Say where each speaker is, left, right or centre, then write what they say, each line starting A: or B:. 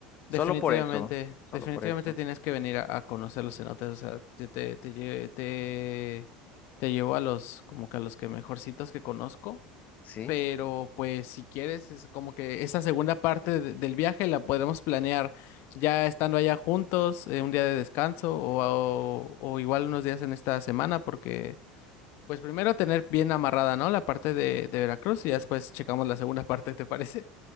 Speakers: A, on the left; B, on the left.
A: definitivamente,
B: Solo por eso, solo
A: definitivamente
B: por eso.
A: tienes que venir a, a conocer los cenotes, o sea, te, te, te, lle- te, te llevo a los, como que a los que mejorcitos que conozco,
B: Sí,
A: pero pues si quieres, es como que esa segunda parte de- del viaje la podemos planear ya estando allá juntos, eh, un día de descanso o, o, o igual unos días en esta semana, porque pues primero tener bien amarrada, ¿no? La parte de, de Veracruz y ya después checamos la segunda <laughs> parte, ¿te parece?